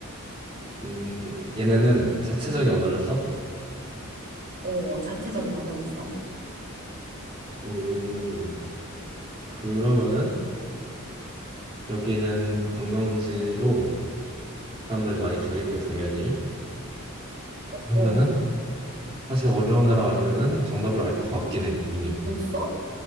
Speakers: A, on the right; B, on the right.
A: 음, 얘네는 자체적인
B: 응?
A: 언어를 써?
B: 어, 자체적인 언어를 써.
A: 음, 그러면은 여기는 관광지로 사람들이 많이 가겠고 당연히 그러면은
B: 어,
A: 사실 어려운 나라 아니면은 정답을 알 것 같긴 해 이미
B: 벌써?